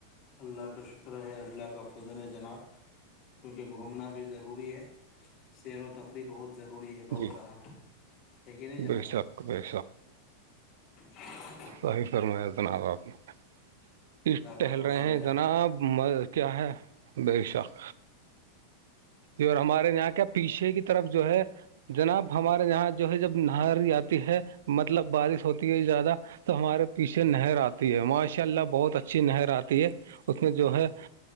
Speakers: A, on the left; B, on the right.
A: اللہ کا شکر ہے اللہ کا فضر ہے جناب کیونکہ گھومنا بھی ضروری ہے سیر و تفریح بہت ضروری ضروری ہے بہت
B: جی
A: اہم ہے لیک نہیں جناب
B: بے شک بے
A: ہ <unintelligible>
B: صحی فرمایا جناب آپ نے
A: اللہ کا
B: ٹہل
A: فضل
B: رہے ہیں
A: ہے
B: جناب آ کیا ہے بے شک جی اور ہمارے یہاں کیا پیچھے کی طرف جو ہے جناب ہمارے یہاں جو ہے جب نہاری آتی ہے مطلب بارش ہوتی ہے زیادہ تو ہمارے پیچھے نہر آتی ہے ماشاء اللہ بہت اچھی نہر آتی ہے اس میں جو ہے